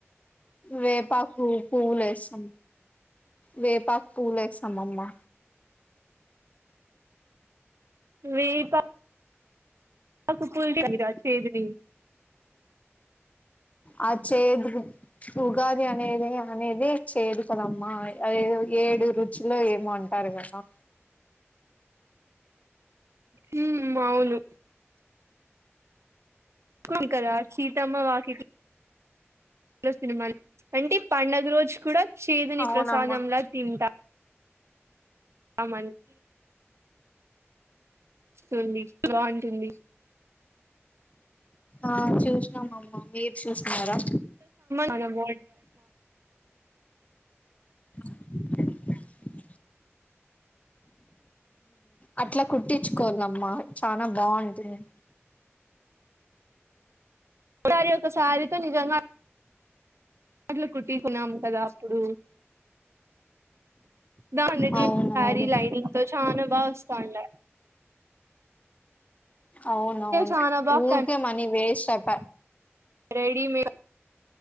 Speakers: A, on the left; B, on the right.
A: వేపా వి పువ్వులేసం వేపా పువ్వేస్తాం అమ్మా
B: వేప పాకు కూల్ చేయదా చేదుని
A: అ చేదురు ఉగాది అనేది అనేదే చేదు కదమ్మా అదేదో ఏడు రుచిలో ఏమో అంటారు కదా
B: హుమ్మ్ అవును కుకద సీతమ్మ వాకి నస్ సినిమాలు అంటే పండుగ రోజు కూడా చేదుని
A: అవునమ్మా
B: ప్రసాదంలా తింటా అమ స బాగుంటుంది
A: ఆ చూసినాం అమ్మ మీరు చేసుకున్నారా
B: మనము
A: <unintelligible> అట్లా కుట్టించుకోవాలమ్మా చాన బాగుంటుంది
B: ఒకసారి ఒకసారితో నిజంగా అట్ల కుట్టి కదా అప్పుడు దాని దగ్గర
A: అవునవును
B: శారీ లైనింగ్ తో చాన బాగా వస్తాండ
A: అవున అవును
B: చాలా బాగా
A: ఊరుకే మనీ వేస్ట్ అయిప
B: రెడి మేడ్